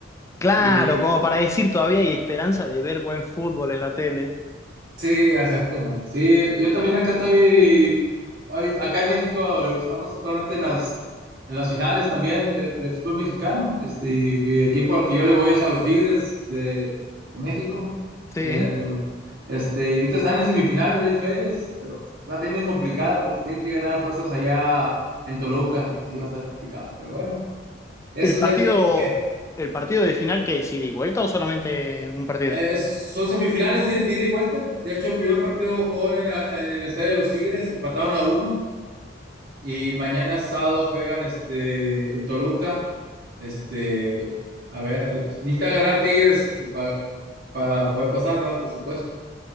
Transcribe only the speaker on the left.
Claro,
como para decir todavía hay esperanza de ver buen fútbol en la tele.
Sí.
¿El partido,
el partido de final que es ida y vuelta o solamente un partido?